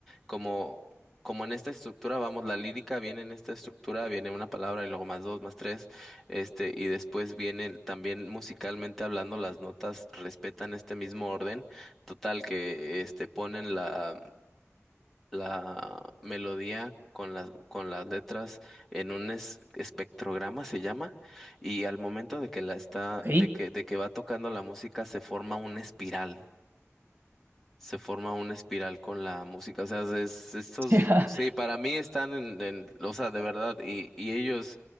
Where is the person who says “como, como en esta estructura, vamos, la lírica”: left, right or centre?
Centre